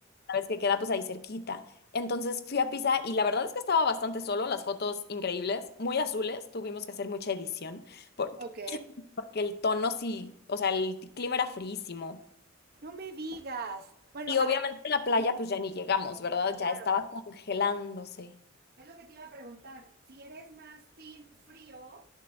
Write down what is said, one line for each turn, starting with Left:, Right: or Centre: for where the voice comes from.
Left: Sabes que queda pues ahí cerquita. Entonces fui a Pisa y la verdad es que estaba bastante solo, las fotos increíbles, muy azules, tuvimos que hacer mucha edición porque,
Right: ok.
Left: porque el tono sí, o sea, el t- clima era fríísimo.
Right: No me digas. Bueno,
Left: Y
Right: a
Left: obviamente
Right: ver,
Left: en la playa
Right: mm,
Left: pues ya ni llegamos, ¿verdad?
Right: claro.
Left: Ya estaba congelándose.
Right: Es lo que te iba a preguntar, si eres más team frío